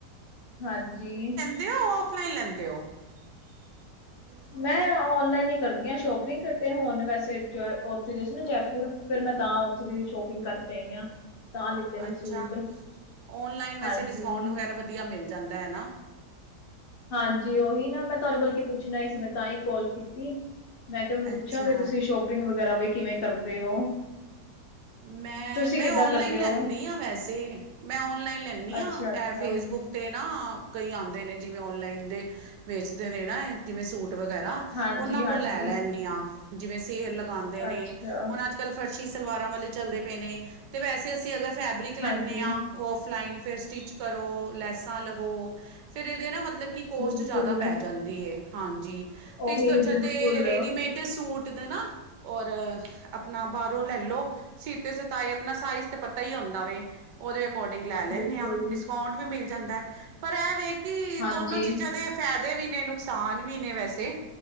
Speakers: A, on the left; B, on the right.
A: ਹਾਂਜੀ।
B: ਦੇ ਆਫਲਾਈਨ ਲੈਂਦੇ ਹੋ? <unintelligible>
A: ਮੈਂ ਔਨਲਾਈਨ ਈ ਕਰਦੀ ਆਂ ਸ਼ੋਪਿੰਗ, ਤੇ ਹੁਣ ਵੈਸੇ ਉੱਥੇ ਗਏ ਸੀ ਨਾਂ ਜੈਪੁਰ। ਫੇਰ ਮੈਂ ਤਾਂ ਉੱਥੋਂ ਦੀ ਸ਼ੋਪਿੰਗ ਕਰਕੇ ਆਈ ਹਾਂ। ਤਾਂ ਲਿੱਤੇ ਨੇ
B: ਅੱਛਾ।
A: ਸੂਟ
B: ਔਨਲਾਈਨ ਵੈਸੇ
A: ਹਾਂਜੀ
B: ਡਿਸਕਾਊਂਟ ਵਗੈਰਾ ਵਧੀਆ ਮਿਲ ਜਾਂਦਾ ਹੈ ਨਾਂ।
A: ਹਾਂਜੀ ਉਹੀ ਨਾਂ ਮੈਂ ਤੁਹਾਨੂੰ ਕੋਲ ਕੀ ਪੁੱਛਣਾ ਈ ਸੀ ਮੈਂ ਤਾਂ ਹੀ ਕੌਲ ਕੀਤੀ। ਮੈਂ ਕਿਹਾ ਮੈਂ ਪੁੱਛਿਆ
B: ਅੱਛਾ
A: ਬਈ ਤੁਸੀਂ ਸ਼ੋਪਿੰਗ ਵਗੈਰਾ ਬਈ ਕਿਵੇਂ ਕਰਦੇ ਹੋ।
B: ਮੈਂ,
A: ਤੁਸੀਂ
B: ਮੈਂ
A: ਕਿੱਦਾਂ
B: ਆਨਲਾਈਨ
A: ਕਰਦੇ
B: ਲੈਂਦੀ
A: ਹੋ
B: ਹਾਂ ਵੈਸੇ। ਮੈਂ ਆਨਲਾਈਨ ਲੈਂਦੀ
A: ਅੱਛਾ
B: ਹਾਂ,
A: ਅੱਛਾ
B: ਐ ਫੇਸਬੁੱਕ। ਤੇ ਨਾ ਕਈ ਆਉਂਦੇ ਨੇ ਜਿਵੇਂ ਆਨਲਾਈਨ ਦੇ ਵੇਸਦੇ ਨੇ ਨਾ ਜਿਵੇਂ ਸੂਟ ਵਗੈਰਾ।
A: ਹਾਂਜੀ
B: ਉਹਨਾਂ
A: ਹਾਂਜੀ
B: ਕੋਲ ਲੈ ਲੈਂਨੀ ਆਂ, ਜਿਵੇਂ ਸੇਲ ਲਗਾਉਂਦੇ ਨੇ
A: ਅੱਛਾ
B: ਹੁਣ ਅੱਜ ਕੱਲ੍ਹ ਫਰਸ਼ੀ, ਸਲਵਾਰਾਂ ਵਾਲੇ ਚੱਲਦੇ ਪਏ ਨੇ ਤੇ ਵੈਸੇ ਅਸੀਂ ਅਗਰ ਫੈਬਰਿਕ ਲੈਂਨੇ
A: ਹਾਂਜੀ
B: ਹਾਂ ਫਲਾਈਨ ਫਿਰ ਸਟਿਚ ਕਰੋ ਲੈਸਾਂ ਲਵੋ, ਫਿਰ ਇਹਦੇ ਨਾ ਮਤਲਬ ਕਿ ਕੋਸਟ
A: ਬਿਲਕੁਲ
B: ਜ਼ਿਆਦਾ ਪੈ ਜਾਂਦੀ ਹੈ। ਹਾਂਜੀ,
A: ਉਹੀ
B: ਤੇ ਇਸ ਤੋਂ ਅੱਛਾ
A: ਬਿਲਕੁਲ
B: ਤਾਂ ਰੈਡੀਮੇਡ ਸੂਟ ਦੇ ਨਾ ਔਰ ਆਪਣਾ ਬਰ, ਲੋ ਸੀਤੇ ਸਿਤਾਏ ਆਪਣਾ ਸਾਈਜ਼ ਤੇ ਪਤਾ ਹੀ ਹੁੰਦਾ ਵੇ। ਉਹਦੇ ਅਕੋਰਡਿੰਗ ਲੈ ਲੈਨੇੇ
A: ਬਿਲਕੁਲ
B: ਹਾਂ ਡਿਸਕਾਊਂਟ ਵੀ ਮਿਲ ਜਾਂਦਾ, ਪਰ ਐਵੇਂ ਕਿ
A: ਹਾਂਜੀ
B: ਦੋਨੋ ਚੀਜ਼ਾਂ ਦੇ ਫਾਇਦੇ ਵੀ ਨੇ ਨੁਕਸਾਨ ਵੀ ਨੇ ਵੈਸੇ,